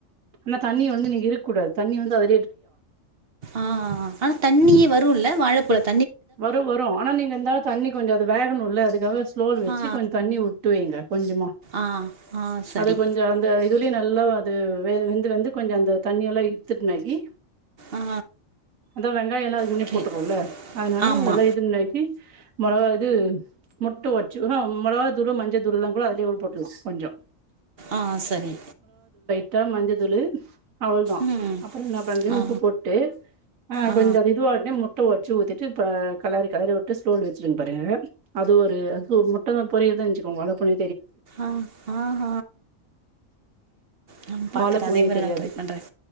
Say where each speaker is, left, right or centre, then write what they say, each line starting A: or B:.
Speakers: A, on the right; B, on the right.
A: ஆனா தண்ணி வந்து நீங்க இருக்கக்கூடாது தண்ணி வந்து அத
B: ஆங் ஆனா தண்ணியே வரும் இல்ல வாழைப்பழத்
A: வரும் வரும் ஆனா நீங்க இருந்தாலும் தண்ணி கொஞ்சம் அது வேகணும் இல்ல அதுக்காக ஸ்லோல வெச்சு
B: ஆ
A: கொஞ்சம் தண்ணி துவயுங்க கொஞ்சமா
B: ஆ ஆ சரி
A: அது கொஞ்சம் அந்த இதுல நல்லா அது வெந்து வெந்து கொஞ்சம் அந்த தண்ணி எல்லாம் இல்துட்டுனகி
B: ஆ
A: அதான் வெங்காயம் எல்லாம் அதுக்கு முன்னே
B: ஓகே
A: போட்டுறோம்ல அதனால
B: ஆமா
A: அதெல்லாம் இது முண்டாக்கி மொளகா இது முட்டை வச்சு அஹ் ஹான் மொளகா தூள் மஞ்ச தூள்ல்லாம் கூட அதுலயே போட்டுல்லாம் கொஞ்சம்
B: ஆங் சரி
A: ட்டா மஞ்சதூளு அவ்வளோதான்
B: ம்
A: அப்புறம் என்ன பண்ரிங்க
B: ஆ
A: உப்பு போட்டு அஹ்
B: ஆ
A: கொஞ்சம் அது இதுவாகட்டும் முட் முட்ட ஒடுச்சு ஊத்தி விட்டுப்ப கலரி கலரி உட்டு ஸ்லோல் வச்சிருகன்னனு பாருங்க அது ஒரு அது முட்ட தான் பொரியதான்ச்சு <unintelligible> வல பொழி
B: ஆங் ஆங் நா பாக்குறேன்
A: வாழப்பூனே
B: அதே மாதிரி
A: தெரியாது
B: நான் ட்ரை பண்றேன்